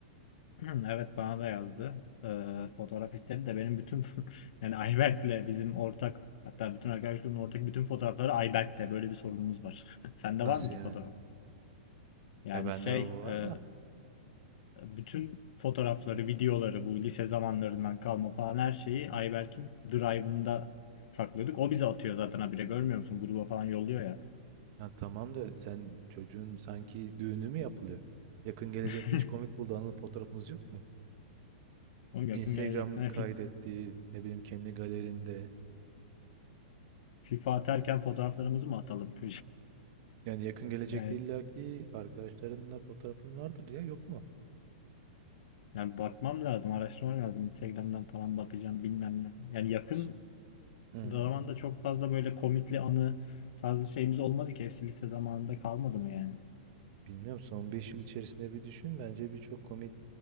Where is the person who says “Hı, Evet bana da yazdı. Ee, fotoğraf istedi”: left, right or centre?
Left